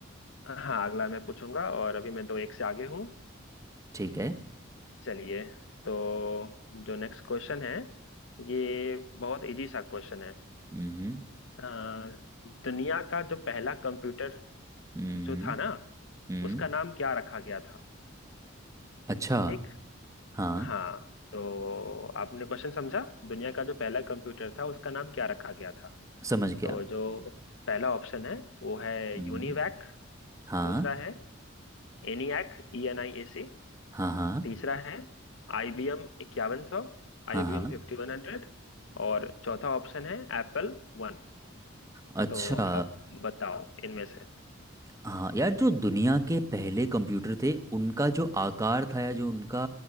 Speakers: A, on the left; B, on the right.
A: हाँ अगला मैं पूछूंगा और अभी मैं दो एक से आगे हूँ
B: ठीक है
A: चलिए तो जो नेक्स्ट क्वेश्चन है ये बहुत इजी सा क्वेश्चन है
B: हम्म
A: आ, दुनिया का जो पहला कंप्यूटर
B: हम्म
A: जो था ना
B: हम्म
A: उसका नाम क्या रखा गया था
B: अच्छा
A: ठीक
B: हाँ
A: हाँ तो आपने क्वेश्चन समझा दुनिया का जो पहला कंप्यूटर था उसका नाम क्या रखा गया था
B: समझ
A: तो
B: गया
A: जो पहला ऑप्शन है वो है
B: हम्म
A: यूनिवैक
B: हाँ
A: दूसरा है ENIAC E N I A C
B: हाँ हाँ
A: तीसरा है IBM इक्यावन सौ
B: हाँ
A: IBM
B: हाँ
A: फिफ्टी वन हंड्रेड और चौथा ऑप्शन है एप्पल वन
B: अच्छा
A: तो आप बताओ इनमें से
B: हाँ यार जो दुनिया के पहले कंप्यूटर थे उनका जो आकार था या जो उनका